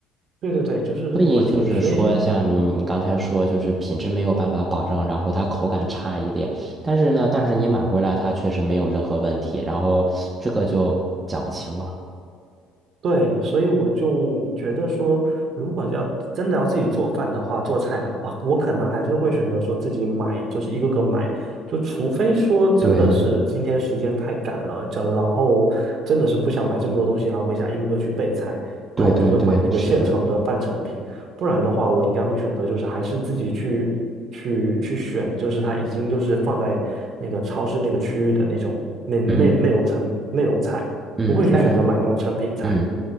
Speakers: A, on the right; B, on the right.
A: 对对对，就是这个问题，
B: 所以就是说，
A: 所以。
B: 像你刚才说，就是品质没有办法保证，然后它口感差一点，但是呢，但是你买回来它确实没有任何问题，然后这个就讲不清了。
A: 对，所以我就觉得说，如果要真的要自己做饭的话，做菜了，哇，我可能还是会选择说自己买，就是一个个买，就除非说真的是今天时间太赶了，
B: 对
A: 这样然后真的是不想买这么多东西，然后回家一个个去备菜，
B: 对对对，
A: 那我就会买那个现成的半成品，
B: 是的，
A: 不然的话，我应该会选择就是还是自己去去去选，就是它已经就是放在那个超市那个区域的那种那那那种成那种菜，
B: 嗯嗯，
A: 不会去选择买那种成品菜。
B: 但嗯。